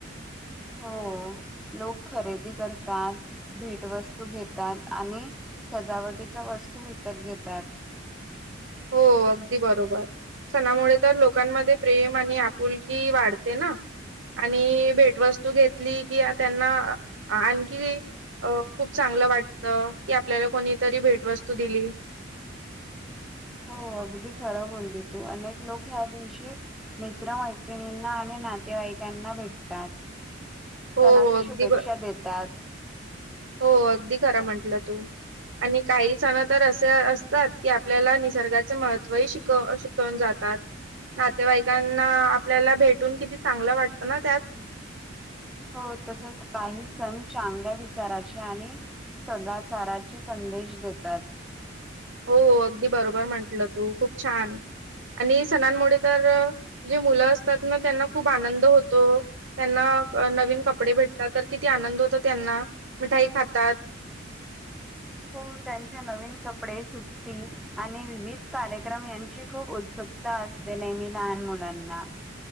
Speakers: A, in the centre; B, on the right.
A: हो लोक खरेदी करतात. भेटवस्तू घेतात. आणि सजावटीच्या वस्तू विकत घेतात.
B: हो अगदी बरोबर. सणामुळे तर लोकांमध्ये प्रेम आणि आपुलकी वाढते ना. आणि भेटवस्तू घेतली कि, त्यांना आणखी अ खूप चांगलं वाटत की आपल्याला कोणीतरी भेटवस्तू दिली.
A: हो अगदी खरं बोलली तू अनेक लोक ह्या दिवशी. मित्र मैत्रिणींना आणि नातेवाईकांना भेटतात.
B: हो
A: सणाच्या
B: अगदी
A: शुभेच्छा
B: ब
A: देतात.
B: हो अगदी खरा म्हंटलं तू. आणि काही सण तर असे असतात की आपल्याला निसर्गाचे महत्त्वही शिकव शिकवून जातात. नातेवाईकांना आपल्याला भेटून किती चांगलं वाटतं ना त्यात.
A: हो तसच काही सण चांगल्या विचाराचे आणि सदाचाराचे संदेश देतात.
B: हो हो, अगदी बरोबर म्हंटलं तू खूप छान. आणि सणांमुळे तर जे मुलं असतात ना त्यांना खूप आनंद होतो त्यांना नवीन कपडे भेटतात तर किती आनंद होत त्यांना मिठाई खातात.
A: हो त्यांच्या नवीन कपडे सुट्टी आणि विविध कार्यक्रम यांची खूप उत्सुकता. असते नेहमी लहान मुलांना.